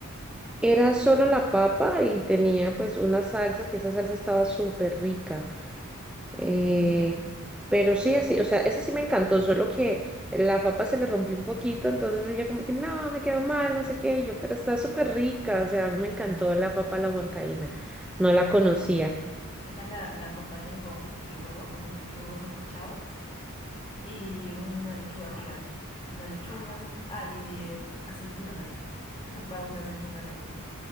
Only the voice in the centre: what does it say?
Era solo la papa y tenía pues una salsa, que esa salsa estaba súper rica. Eh,
pero sí, así, o sea, esa sí me encantó, solo que la papa se le rompió un poquito, entonces ella como que, no, me quedó mal, no sé qué, y yo, pero está súper rica, o sea, a mí me encantó la papa a la huancaína, no la conocía.